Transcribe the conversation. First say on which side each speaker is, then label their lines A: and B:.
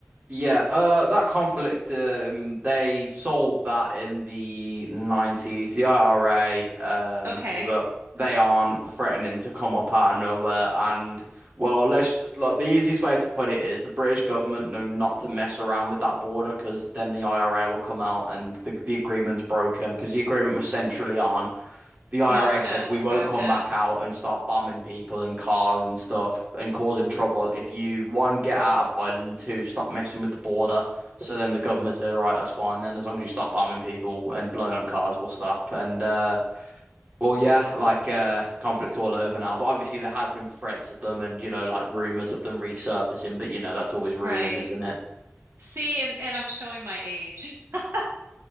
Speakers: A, on the right (about 35°); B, on the right (about 70°).
A: Yeah, uh, that conflict, um, they solved that in the 90s. The IRA, um,
B: Okay.
A: who are- they aren't threatening to come up out of nowhere. And, well, let's, like, the easiest way to put it is the British government know not to mess around with that border because then the IRA will come out and the, the agreement's broken because the agreement was centrally on the IRA
B: Gotcha.
A: said we won't
B: Gotcha.
A: come back out and start bombing people and cars and stuff and causing trouble if you one get out of Ireland, two stop messing with the border. So then the government said, all right, that's fine. Then as long as you stop bombing people and blowing up cars, we'll stop. And uh, well, yeah, like uh, conflict's all over now. But obviously there has been threats of them and you know like rumors of them resurfacing. But you know that's always
B: Right.
A: rumors, isn't it?
B: See, and, and I'm showing my age <laughs>